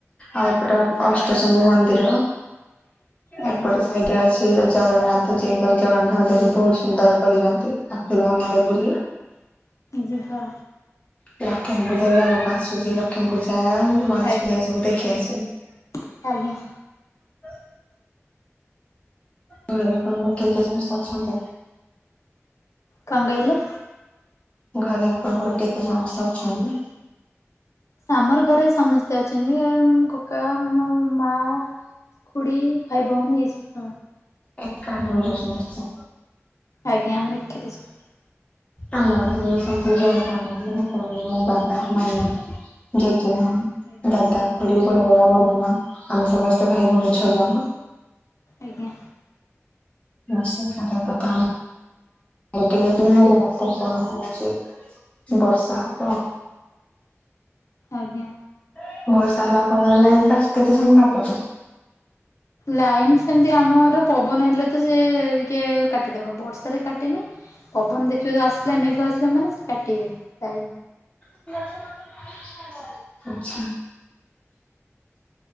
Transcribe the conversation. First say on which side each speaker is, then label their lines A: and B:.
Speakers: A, on the left; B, on the left.
A: ଆଉ ଏପଟ
B: ଆଜ୍ଞା
A: ଅଷ୍ଟଶଙ ମନ୍ଦିର
B: ଆଜ୍ଞା
A: ଏପଟ ସାଇଡରେ ଅଛି। ଜଗନ୍ନାଥ ଯେ ଜଗନ୍ନାଥ ଦେବୀ ବହୁତ ସୁନ୍ଦର କରିଛନ୍ତି ଆସିବେ ଆମଆଡେ ବୁଲି।
B: ଯିବା
A: ଲକ୍ଷ୍ମୀ ପୂଜା ବି ଆଗକୁ ଆସୁଛି, ଲକ୍ଷ୍ମୀ ପୂଜା ଗଣେଶ
B: ଆଜ୍ଞା
A: ପୂଜା ରେ ସବୁ ଦେଖି
B: ଆଜ୍ଞା
A: ଆସିବେ।
B: ଆଜ୍ଞା
A: ଘରେ ଆପଣଙ୍କ ର କିଏ କିଏ ସମସ୍ତେ ଅଛନ୍ତି?
B: କଣ କହିଲେ?
A: ଘରେ ଆପଣଙ୍କ ର କିଏ କିଏ ସମସ୍ତେ ଅଛନ୍ତି।
B: ଆମର ଘରେ ସମସ୍ତେ ଅଛନ୍ତି କକା, ମୋ ମା। ଖୁଡି ଭାଇ ଭଉଣ ଏଇ ସବୁ।
A: ଏକାଠି ରହୁଚୁ ସମସ୍ତେ।
B: ଆଜ୍ଞା ଆମର ଏକାଠି ସବୁ।
A: ଆମର ବି ସେମିତି ଜୋଏଣ୍ଟ ଫାମିଲି <unintelligible> ମ ବାବା ମାମା ଜେଜୀ ଜେଜେମା,
B: ଆଜ୍ଞା
A: ଦାଦା ଖୁଡି, ବଡ ବାବା, ବଡ଼ ମାମା, ଆମେ ସମସ୍ତେ ତ ଭାଇ ଭଉଣୀ
B: ଆଜ୍ଞା
A: ଛ ଜଣ।
B: ଆଜ୍ଞା।
A: ଆ ସେ <unintelligible> ହଉଛି
B: ଆଜ୍ଞା
A: ବର୍ଷା ହବ।
B: ଆଜ୍ଞା।
A: <unintelligible>
B: ଲାଇନ ସେମିତି ଆମର ପବନ ହେଲେ ତ ସେ ଟିକେ କାଟିଦବ, ବର୍ଷାରେ କାଟ କାଟେ ନି ପବନ ଦେଖିବ ଆସିଲା ମେଘ ଆସିଲା ମାନେ ସେ କାଟିବେ ଲାଇନ।
A: <unintelligible> ଆଛା।